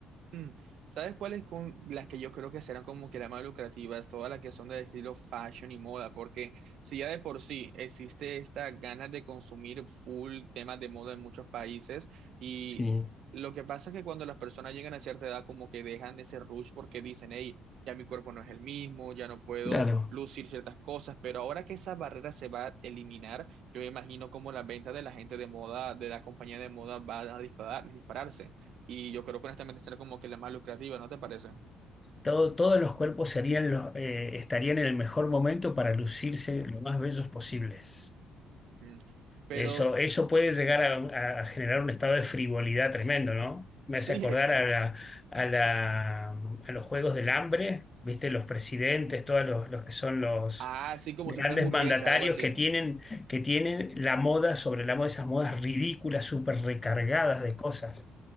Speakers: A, on the right (about 70°); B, on the left (about 20°).
A: Mm, ¿Sabes cuáles con las que yo creo que serán como que las más lucrativas? Todas las que son del estilo fashion y moda, porque si ya de por sí existe esta ganas de consumir full temas de moda en muchos países y
B: Sí,
A: lo que pasa es que cuando las personas llegan a cierta edad como que dejan ese rush porque dicen, hey, ya mi cuerpo no es el mismo, ya no puedo
B: claro.
A: lucir ciertas cosas, pero ahora que esa barrera se va a eliminar, yo me imagino como la venta de la gente de moda, de la compañía de moda va a disparar, dispararse. Y yo creo que honestamente será como que la más lucrativa, ¿no te parece?
B: Todo- todos los cuerpos serían los, eh, estarían en el mejor momento para lucirse lo más bellos posibles.
A: Mm. Pero
B: Eso, eso puede llegar a, a generar un estado de frivolidad tremendo, ¿no? Me
A: sí,
B: hace acordar a la, a la- a los Juegos del Hambre, ¿viste? Los presidentes, todos los, los que son los
A: <laughs> ah, sí, como
B: grandes
A: si fuera hamburguesa,
B: mandatarios
A: algo así.
B: que tienen, que tienen la moda sobre la moda, esas modas ridículas, súper recargadas de cosas.